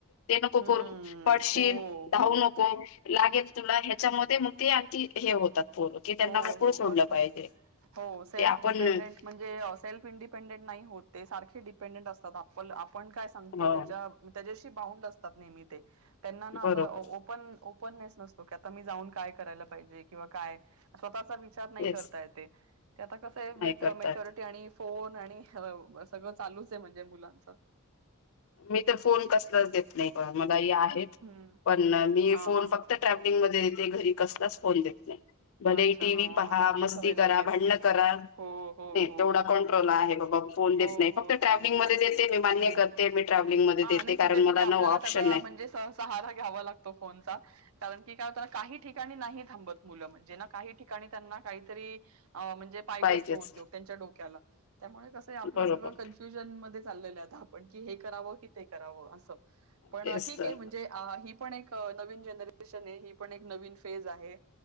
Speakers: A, on the left; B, on the right.
A: ते नको
B: हम्म
A: करू, पडशील,
B: हो
A: धावू
B: हो
A: नको. लागेल तुला ह्याच्यामध्ये मग ते आणखी हे होतात फोल की त्यांना
B: हो
A: मोकळ
B: हो
A: सोडलं
B: मस्त
A: पाहिजे.
B: हो सेल्फ
A: ते आपण
B: डिपेंडेंट म्हणजे सेल्फ इंडिपेंडेंट नाही होत ते सारखे डिपेंडंट असतात, आपण आपण काय सांगतोय
A: हो
B: त्याच्या त्या बावुन्ड असतात नेहमी ते त्यांना ना
A: बरोबर
B: अस ते ओपन आ ओप ओपनेस नसतो, आता जाऊन काय करायला पाहिजे, किंवा काय स्वतः विचार नाही
A: तेच
B: करता येत आहे, ते आता कस आहे विथ
A: नाही करतायत.
B: मॅच्युरिटी आणि फोन आणि सगळं चालूच आहे म्हणजे मुलांच.
A: मी तर फोन कसलाच देत नाही ब मग. ई आहेत
B: हम्म
A: पण मी
B: हा
A: फोन
B: हा
A: फक्त ट्रॅव्हलिंग मध्ये देते, घरी कसलाच फोन देत नाही. भले
B: अच्छा
A: टी
B: हा
A: व्ही पहा,
B: चांगली
A: मस्ती
B: सवय लावलीय
A: करा, भांडण
B: तुम्ही.
A: करा,
B: हो हो
A: नाही
B: हो
A: तेवढा कंट्रोल आहे बाबा फोन
B: हो
A: देत नाही
B: हो
A: फक्त ट्रॅव्हलिंग
B: चांगलंय
A: मध्ये देते
B: ते
A: मी मान्य
B: हम्म
A: करते, मी ट्रॅव्हलिंग मध्ये
B: हा
A: देते
B: आणि
A: कारण
B: कुठे कुठे
A: मला
B: आपल्याला
A: न ऑप्शन
B: त्याचा
A: नाही.
B: म्हणजे सहारा घ्यावा लागतो फोनचा कारण की काय होताना काही ठिकाणी नाही थांबत मुलं म्हणजे ना काही ठिकाणी त्यांना काहीतरी म्हणजे पाहिजे
A: पाहिजेच
B: असतो उद्योग त्यांच्या डोक्याला त्यामुळे कसं आपलं
A: बरोबर
B: सगळं कन्फ्युजन चाललेलो आहेत आपण, की हे करावं की ते करावं असं,
A: तेच
B: पण ठीकये
A: तर
B: म्हणजे ही पण एक नवीन जनरेशन आहे, ही पण एक नवीन फेज आहे,